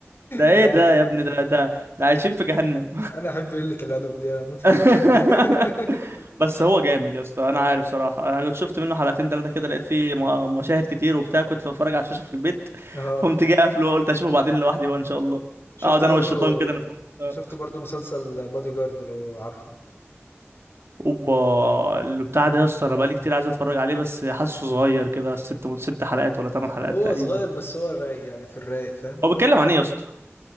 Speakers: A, on the right; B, on the left.
A: ده
B: انا
A: ايه ده يا ابني ده ده ده عايشين في جهنم
B: انا احب قلة الادب دي انا اموت فيها
A: <laughs>
B: <laughs>
A: بس هو جامد يا اسطى انا عارف صراحه انا كنت شفت منه حلقتين ثلاثه كده لقيت فيه م- مشاهد كتير وبتاع كنت بتفرج على الشاشه في البيت <laughs>
B: اه
A: فقمت جاي قافله وقلت اشوفه بعدين لوحدي بقى ان شاء الله
B: شفت
A: اقعد
B: برضو
A: انا والشيطان كده نتفرج سوا.
B: شفت برضو مسلسل بادي جارد لو عارفه
A: اوبا اللي بتاع ده يا اسطى انا بقالي كتير عايز اتفرج عليه بس حاسه صغير كده ست ست حلقات ولا ثمان حلقات
B: هو
A: تقريبا
B: صغير بس هو رايق يعني في الرايق فاهم
A: هو بيتكلم عن ايه يا اسطى